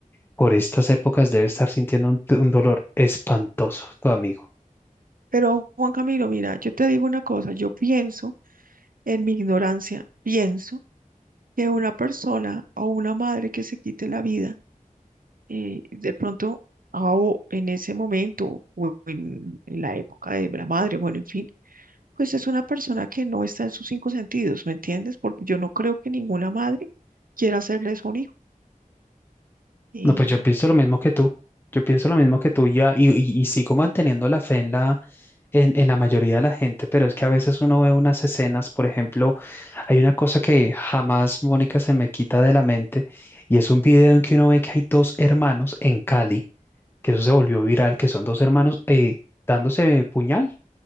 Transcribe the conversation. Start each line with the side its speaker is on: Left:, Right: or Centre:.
Left: por estas épocas debe estar sintiendo un, un dolor espantoso tu amigo.
Right: Pero Juan Camilo, mira, yo te digo una cosa, yo pienso, en mi ignorancia, pienso que una persona o una madre que se quite la vida, eh, de pronto, ah, o en ese momento, o en, en la época de la madre, bueno, en fin, pues es una persona que no está en sus cinco sentidos, ¿me entiendes? Porque yo no creo que ninguna madre quiera hacerle eso a un hijo. Y
Left: No, pues yo pienso lo mismo que tú. Yo pienso lo mismo que tú ya, y, y- y sigo manteniendo la fe en la, en, en la mayoría de la gente, pero es que a veces uno ve unas escenas, por ejemplo, hay una cosa que jamás, Mónica, se me quita de la mente, y es un video en que uno ve que hay dos hermanos en Cali, que eso se volvió viral, que son dos hermanos eh, dándose puñal